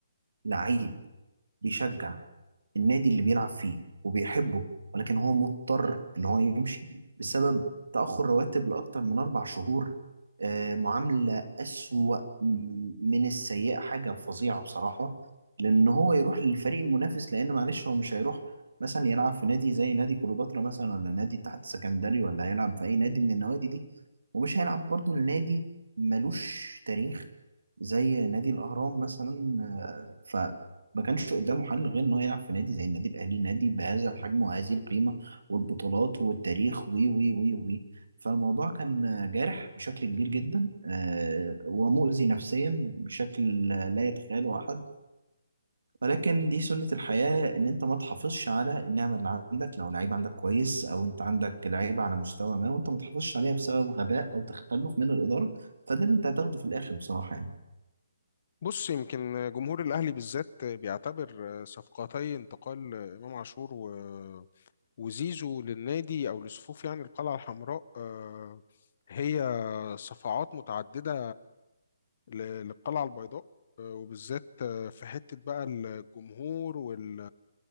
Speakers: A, on the right (about 75°); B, on the left (about 50°).
A: لعيب بيشجع النادي اللي بيلعب فيه وبيحبه ولكن هو مضطر ان هو يمشي بسبب تأخر رواتب لأكتر من أربع شهور آه، معاملة أسوأ م- من السيئة حاجة فظيعة بصراحة لأن هو يروح للفريق المنافس لأن معلش هو مش هيروح مثلا يلعب في نادي زي نادي كليوباترا مثلا ولا نادي الاتحاد السكندري ولا هيلعب في أي نادي من النوادي دي ومش هيلعب برضو لنادي ملوش تاريخ زي نادي الأهرام مثلا آه، ما كانش قدامه حل غير انه يلعب في نادي زي النادي الاهلي نادي بهذا الحجم وهذه القيمه والبطولات والتاريخ وي وي وي وي فالموضوع كان جارح بشكل كبير جدا آه، ومؤذي نفسيا بشكل لا يتخيله احد ولكن دي سنة الحياة إن أنت ما تحافظش على النعمة اللي عندك لو لعيب عندك كويس أو أنت عندك لعيب على مستوى ما وأنت ما تحافظش عليها بسبب غباء أو تخلف من الإدارة فده اللي أنت هتاخده في الآخر بصراحة يعني
B: بص يمكن جمهور الأهلي بالذات بيعتبر صفقتي انتقال إمام عاشور و- وزيزو للنادي أو لصفوف يعني القلعة الحمراء آه، هي صفعات متعددة ل- للقلعة البيضاء آه، وبالذات آه، في حتة بقى الجمهور وال